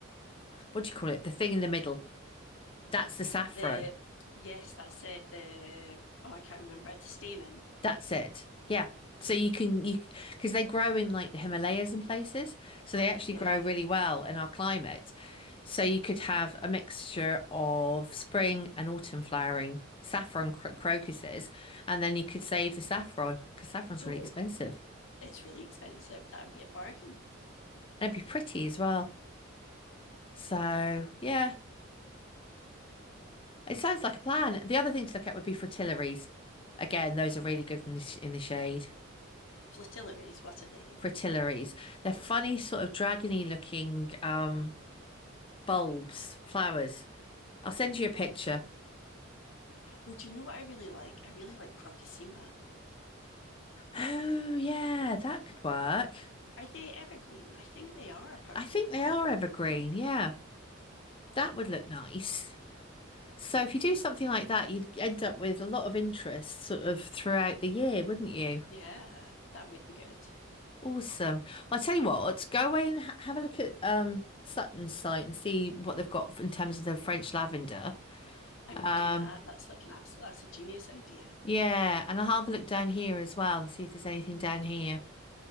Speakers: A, on the left (about 25°); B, on the left (about 65°).
A: what do you call it? The thing in the middle, that's the saffron.
B: The yes, that's it. The oh, I can't remember. It's a stamen.
A: That's it. Yeah. So you can you because they grow in like the Himalayas and places, so they actually
B: Yeah.
A: grow really well in our climate. So you could have a mixture of spring and autumn flowering saffron cro crocuses, and then you could save the saffron because saffron's
B: Oh,
A: really expensive,
B: it's really expensive. That would be a bargain.
A: and it'd be pretty as well. So yeah, it sounds like a plan. The other thing to look at would be fritillaries. Again, those are really good in the, sh- in the shade.
B: Flatillaries, what are they?
A: Fritillaries. They're funny, sort of dragony looking. Um, bulbs, flowers. I'll send you a picture.
B: Oh, do you know what I really like? I really like Crocosema.
A: Oh, yeah, that could work.
B: Are they evergreen? I think they are, apart
A: I think
B: from the flower.
A: they are evergreen. Yeah, that would look nice. So if you do something like that, you'd end up with a lot of interest sort of throughout the year, wouldn't you?
B: Yeah, that would be good.
A: Awesome. Well, I tell you what, go away and ha have a look at um, Sutton's site and see what they've got in terms of the French lavender.
B: I'm going
A: Um,
B: to do that. That's like an absolute, that's a genius idea.
A: yeah, and I'll have a look down here as well and see if there's anything down here.